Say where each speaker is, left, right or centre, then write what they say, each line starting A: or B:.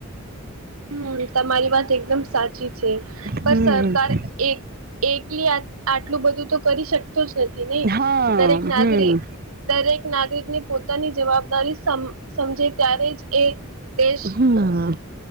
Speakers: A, on the right; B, on the right.
A: હમ્મ તમારી વાત એકદમ સાચી છે. પણ
B: હમ
A: સરકાર એક. એકલી આટલું બધું તો કરી શકતું જ નથી નહી.
B: હા
A: દરેક નાગરિક.
B: હમ
A: દરેક નાગરિકને પોતાની જવાબદારી સમ સમજે. ત્યારે જ એ દેશ.
B: હમ્મ